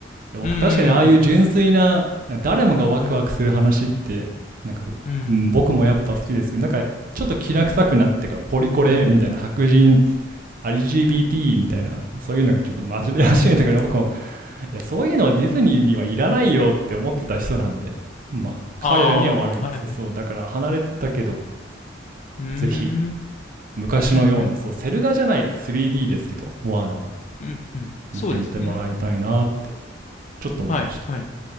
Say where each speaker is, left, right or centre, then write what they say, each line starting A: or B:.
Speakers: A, on the right (about 50°); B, on the left (about 40°).
A: 僕確かにああいう純粋な誰もがワクワクする話ってなんか、
B: うん、うん、うん。
A: うん、僕もやっぱ好きですけどなんかちょっときな臭くなってからポリコレみたいな白人 LGBT みたいなそういうのがちょっとマジで始めたから僕もいやそういうのはディズニーにはいらないよって思ってた人なんでまあ彼らには悪いですけどそうだから離れてたけど
B: ああ、はいはい。うーん、
A: ぜひ昔のようなそうセル画じゃない
B: うん、うん、
A: 3D ですけどモアナは
B: うん、うん。
A: 見てみてもらいたいな
B: そうですね。
A: ちょっと思いました
B: はい、はい。